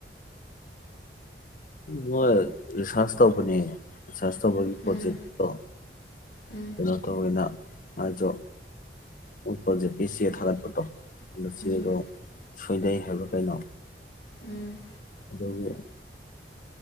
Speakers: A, on the left; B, on the left.
A: ꯃꯣꯏ ꯔꯤꯁꯥꯔꯁ ꯇꯧꯕꯅꯦ ꯔꯤꯁꯥꯔꯁ ꯇꯧꯕꯒꯤ ꯄ꯭ꯔꯣꯖꯦꯛꯇꯣ
B: ꯎꯝ ꯎꯝ
A: ꯀꯩꯅꯣ ꯇꯧꯋꯦꯅ ꯃꯥꯏꯗꯣ ꯃꯣꯏ ꯄ꯭ꯔꯣꯖꯦꯛꯀꯤ ꯆꯦ ꯊꯥꯒꯠꯄꯗꯣ ꯑꯗꯨ ꯆꯦꯗꯣ
B: ꯎꯝ
A: ꯁꯣꯏꯗꯩ ꯍꯥꯏꯕꯔ ꯀꯩꯅꯣ
B: ꯎꯝ
A: ꯑꯗꯨꯒꯤ꯫